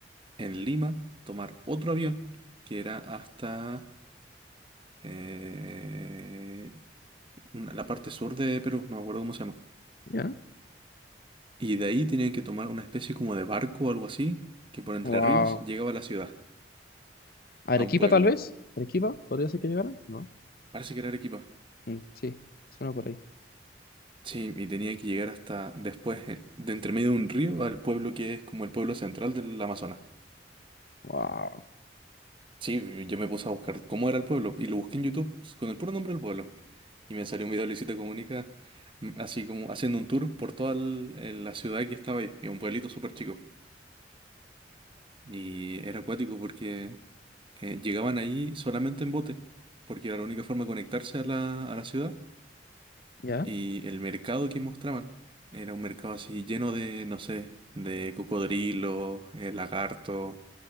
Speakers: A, on the right (about 30°); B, on the left (about 55°).
A: En Lima, tomar otro avión que era hasta eh, una- la parte sur de Perú, no me acuerdo cómo se llama.
B: ¿Ya?
A: Y de ahí tenían que tomar una especie como de barco o algo así, que por Entre
B: Wow.
A: Ríos llegaba a la ciudad,
B: Arequipa,
A: a un pueblo.
B: tal vez. Arequipa, podría ser que llegara. No.
A: Parece que era Arequipa.
B: Mm, sí, suena por ahí.
A: Sí, y tenía que llegar hasta después, eh, de entre medio de un río, al pueblo que es como el pueblo central del Amazonas.
B: Wow.
A: Sí, yo me puse a buscar cómo era el pueblo y lo busqué en YouTube con el puro nombre del pueblo. Y me salió un video de Luisito Comunica, mm, así como haciendo un tour por toda el- el- la ciudad que estaba ahí, que es un pueblito súper chico. Y era acuático porque eh, llegaban ahí solamente en bote, porque era la única forma de conectarse a la, a la ciudad.
B: ¿Ya?
A: Y el mercado que mostraban era un mercado así lleno de, no sé, de cocodrilo, eh, lagarto,